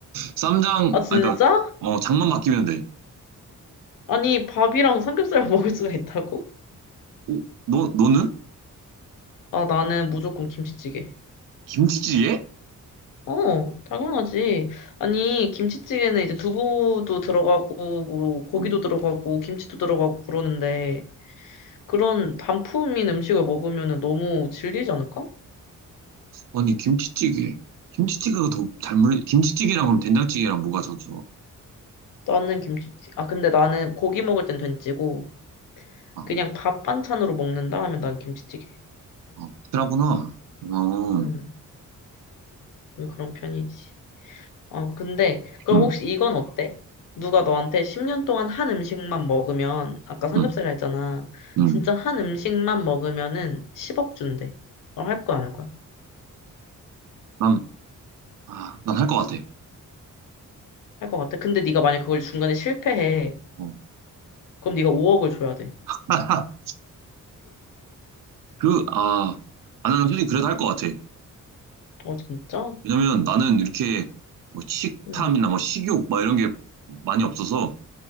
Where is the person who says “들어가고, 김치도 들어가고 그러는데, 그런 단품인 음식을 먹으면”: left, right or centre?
Left